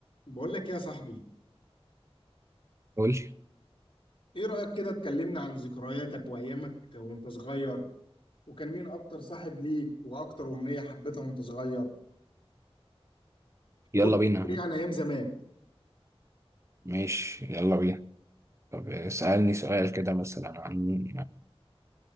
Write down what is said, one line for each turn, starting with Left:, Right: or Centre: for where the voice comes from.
Left: بقول لك يا صاحبي
Right: قول
Left: ايه رأيك كده اتكلمنا عن ذكرياتك وايامك وانت صغير وكان مين اكتر صاحب ليك واكتر أمنية حبيتها وانت صغير
Right: يلا
Left: قول
Right: بينا
Left: لي ايه عن ايام زمان
Right: ماشي يلا بينا طب اسألني سؤال كده مثلا عن